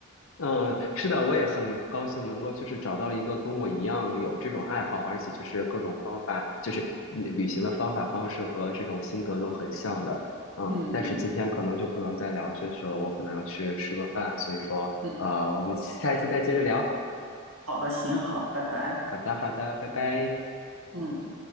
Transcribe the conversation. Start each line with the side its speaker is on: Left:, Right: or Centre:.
Left: 嗯，是的，我也很高兴能够就是找到一个跟我一样有这种爱好，而且就是各种方法，就是嗯旅行的方法、方式和这种心得都很像的。嗯，
Right: 嗯嗯
Left: 但是今天可能就不能再聊下去了，我可能要去吃个饭，所以说，
Right: 嗯，
Left: 呃，我们下一次再接着聊。
Right: 好的好的，行好，拜拜。
Left: 好的，好的，拜拜。
Right: 嗯。